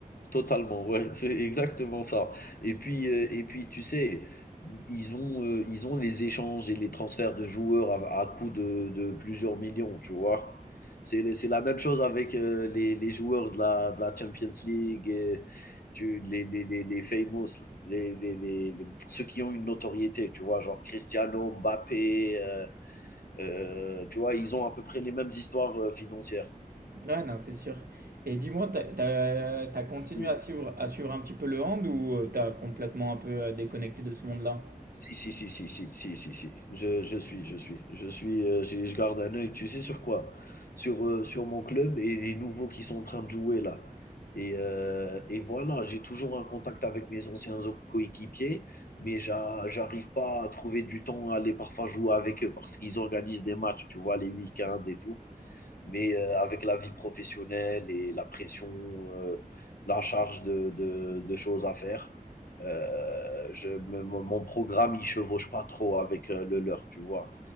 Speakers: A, on the left; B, on the right.
A: totalement, ouais, c'est exactement ça et puis, heu et puis tu sais, ils ont, heu, ils ont les échanges et les transferts de joueurs à à coût de de plusieurs millions, tu vois? C'est les c'est la même chose avec, heu, les les joueurs de la de la Champions League et tu les les les les famous, les les les les ceux qui ont une notoriété, tu vois? Genre Cristiano, Mbappé, heu heu, tu vois? Ils ont à peu près les mêmes histoires, heu, financières.
B: Ouais, non, c'est sûr. Et dis-moi, t'as, t'as, t'as continué
A: Mmh.
B: à suivre, à suivre un petit peu le hand ou euh, t'as complètement un peu euh, déconnecté de ce monde-là?
A: Si, si, si, si, si, si, si, si. Je, je suis, je suis, je suis, heu, j'ai je garde un œil, tu sais sur quoi? Sur, heu, sur mon club et les nouveaux qui sont en train de jouer là et heu et voilà, j'ai toujours un contact avec mes anciens o coéquipiers, mais j'a j'arrive pas à trouver du temps à aller parfois jouer avec eux parce qu'ils organisent des matchs, tu vois? Les week-ends et tout mais euh, avec la vie professionnelle et la pression, euh, la charge de, de- de choses à faire, euh, je, me- mon mon programme, il chevauche pas trop avec euh, le leur, tu vois.